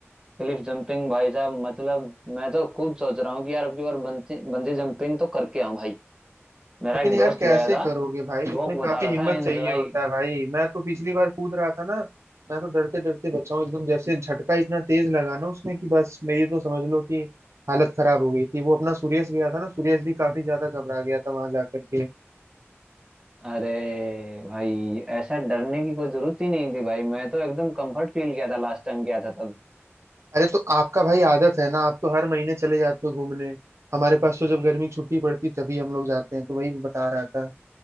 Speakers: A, on the right (about 15°); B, on the right (about 85°).
A: क्लिफ जंपिंग भाई साहब मतलब मैं तो खुद सोच रहा हूँ कि यार अब की बार बंजी बंजी जंपिंग तो करके आऊं भाई मेरा
B: लेकिन
A: एक
B: यार
A: दोस्त
B: कैसे
A: गया था
B: करोगे भाई
A: वो
B: उसमें काफी
A: बता रहा
B: हिम्मत
A: था एंजॉय
B: चाहिए होता है भाई मैं तो पिछली बार कूद रहा था ना मैं तो डरते डरते बचा हूँ एकदम जैसे झटका इतना तेज लगा ना उसमें कि बस मेरी तो समझ लो कि हालत खराब हो गई थी वो अपना सुरेश गया था ना सुरेश भी काफी ज्यादा घबरा गया था वहां जाकर के
A: अरे भाई ऐसा डरने की कोई जरूरत ही नहीं थी भाई मैं तो एकदम कंफर्ट फील किया था लास्ट टाइम गया था तब
B: अरे तो आपका भाई आदत है ना आप तो हर महीने चले जाते हो घूमने हमारे पास तो जब गर्मी की छुट्टी पड़ती तभी हम लोग जाते हैं तो वही मैं बता रहा था